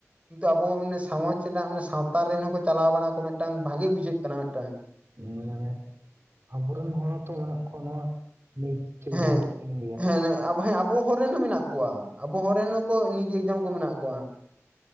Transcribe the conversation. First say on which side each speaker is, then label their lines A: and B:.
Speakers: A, on the right; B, on the right.
A: ᱠᱤᱱᱛᱩ ᱟᱵᱚ ᱢᱟᱱᱮ ᱥᱚᱢᱟᱡᱽ ᱨᱮᱱᱟᱜ ᱢᱟᱱᱮ ᱥᱟᱶᱛᱟ ᱨᱮᱱ ᱦᱚᱸᱠᱚ ᱪᱟᱞᱟᱣ ᱠᱟᱱᱟ ᱠᱚ ᱢᱤᱫᱴᱟᱝ ᱵᱷᱟᱜᱮ ᱵᱩᱡᱷᱟᱹᱜ ᱠᱟᱱᱟ ᱢᱤᱫᱴᱟᱝ
B: ᱦᱮ ᱡᱟᱱᱮ ᱟᱵᱚᱨᱮᱱ ᱦᱚᱲ ᱦᱚᱛᱚ ᱢᱮᱱᱟᱜ ᱠᱚᱣᱟ ᱱᱚᱣᱟ ᱢᱤᱫ ᱴᱷᱤᱠ
A: ᱦᱮᱸ
B: ᱡᱚᱢᱟᱜ ᱠᱚ ᱡᱟᱢᱟ᱾
A: ᱦᱮᱸ ᱱᱮᱜ ᱟᱵᱚ ᱦᱮᱸ ᱟᱵᱚ ᱦᱚᱨᱮᱱ ᱦᱚᱸ ᱢᱮᱱᱟᱜ ᱠᱚᱣᱟ ᱟᱵᱚ ᱦᱚᱲ ᱨᱮᱱ ᱦᱚᱠᱚ ᱱᱤᱡ ᱮᱠᱡᱟᱢ ᱠᱚ ᱢᱮᱱᱟᱜ ᱠᱚᱣᱟ᱾